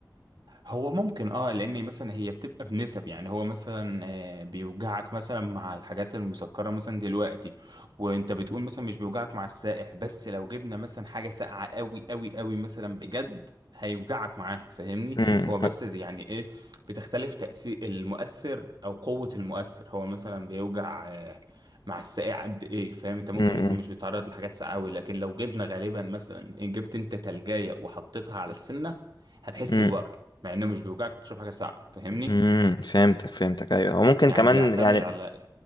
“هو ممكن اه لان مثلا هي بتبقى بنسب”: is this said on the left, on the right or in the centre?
Right